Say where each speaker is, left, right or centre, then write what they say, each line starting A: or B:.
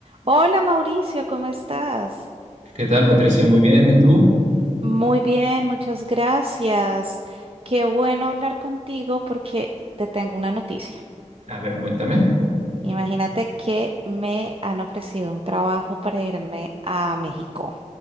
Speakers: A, on the right (about 50°); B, on the right (about 65°).
A: Hola Mauricio, ¿cómo estás?
B: ¿Qué tal, Patricia? Muy bien. ¿Y tú?
A: Muy bien, muchas gracias. Qué bueno hablar contigo porque te tengo una noticia.
B: A ver, cuéntame.
A: Imagínate que me han ofrecido un trabajo para irme a México.